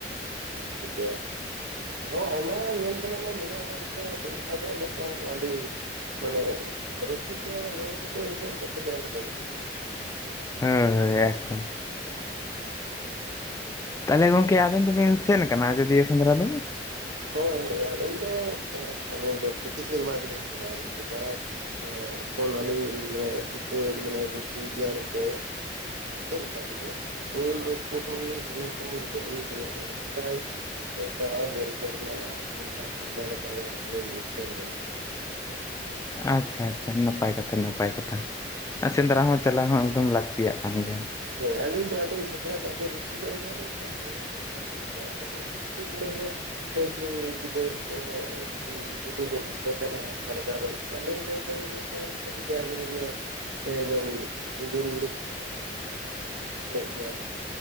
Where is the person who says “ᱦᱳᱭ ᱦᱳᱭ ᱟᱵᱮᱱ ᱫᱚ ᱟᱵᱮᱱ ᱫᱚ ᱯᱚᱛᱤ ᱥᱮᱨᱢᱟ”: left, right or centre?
Right